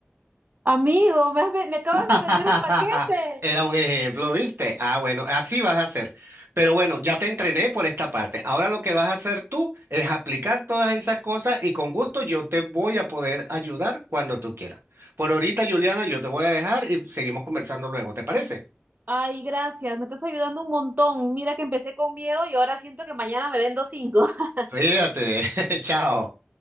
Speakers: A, on the right (about 45°); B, on the right (about 70°).
A: Amigo, me, has ven- me acabas
B: <laughs>
A: de vender un paquete.
B: Era un ejemplo, ¿viste? Ah, bueno, así vas a hacer. Pero bueno, ya te entrené por esta parte. Ahora lo que vas a hacer tú es aplicar todas esas cosas y con gusto yo te voy a poder ayudar cuando tú quieras. Por ahorita, Juliana, yo te voy a dejar y seguimos conversando luego, ¿te parece?
A: Ay, gracias, me estás ayudando un montón. Mira que empecé con miedo y ahora siento que mañana me vendo cinco. <laughs>
B: Cuídate, <laughs> chao.